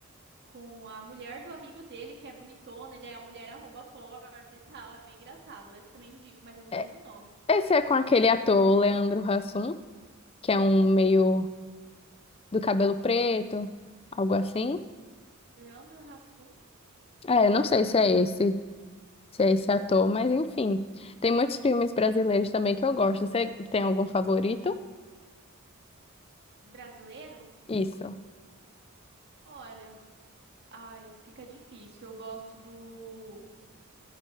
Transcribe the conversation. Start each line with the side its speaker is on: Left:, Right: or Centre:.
Right: com a mulher do amigo dele, que é bonitona, e daí a mulher arromba a porta e tal, é bem engraçado. Esse também indico, mas eu não
Left: É-
Right: lembro o nome.
Left: Esse é com aquele ator, o Leandro Hassum, que é um meio do cabelo preto, algo assim.
Right: Leandro Hassum,
Left: É, não sei se é esse, se é esse ator, mas enfim. Tem muitos filmes brasileiros também que eu gosto. Você tem algum favorito?
Right: brasileiro?
Left: Isso.
Right: Olha, ai, fica difícil. Eu gosto do